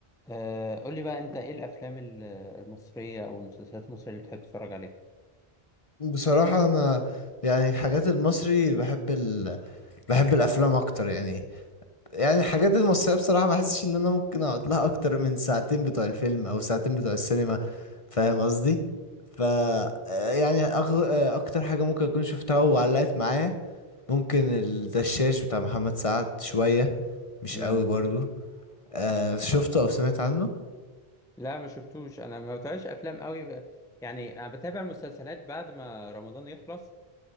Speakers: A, in the centre; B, on the left (about 35°).
A: آه، قول لي بقى انت ايه الافلام ال- المصريه او المسلسلات المصريه اللي بتحب تتفرج عليها
B: بصراحة أنا يعني الحاجات المصري بحب ال... بحب الأفلام أكتر يعني يعني الحاجات المصرية بصراحة ما حسش إن أنا ممكن أقعد لها أكتر من ساعتين بتوع الفيلم أو ساعتين بتوع السينما فاهم قصدي؟ ف يعني أغ... أكتر حاجة ممكن أكون شفتها وعلقت معايا ممكن الدشاش بتاع محمد سعد شوية مش
A: امم
B: قوي برضو أه شفته أو سمعت عنه؟
A: لا ما شفتوش انا ما بتابعش افلام قوي ب... يعني انا بتابع المسلسلات بعد ما رمضان يخلص